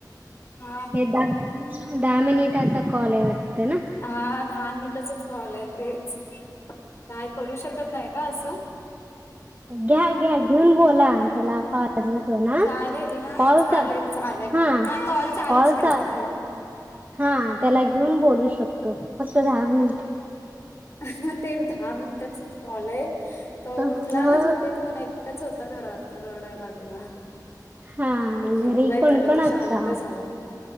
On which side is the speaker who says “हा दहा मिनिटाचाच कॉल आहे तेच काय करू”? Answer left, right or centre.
Left